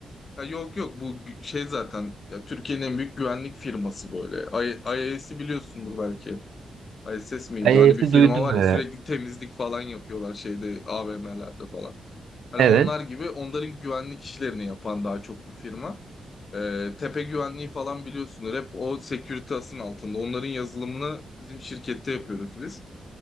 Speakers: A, on the left; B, on the right.
A: Ha, yok yok bu gü- şey zaten ya, Türkiye'nin en büyük güvenlik firması böyle. I- IAS'i biliyorsundur belki. ISS miydi?
B: AES'i
A: Hani bir firma
B: duydum.
A: var ya sürekli
B: e,
A: temizlik falan yapıyorlar şeyde AVM'lerde falan. Hani
B: Evet.
A: onlar gibi onların güvenlik işlerini yapan daha çok bir firma. Ee, Tepe Güvenliği falan biliyorsunuz. Hep o Securitas'ın altında. Onların yazılımını bizim şirkette yapıyoruz biz.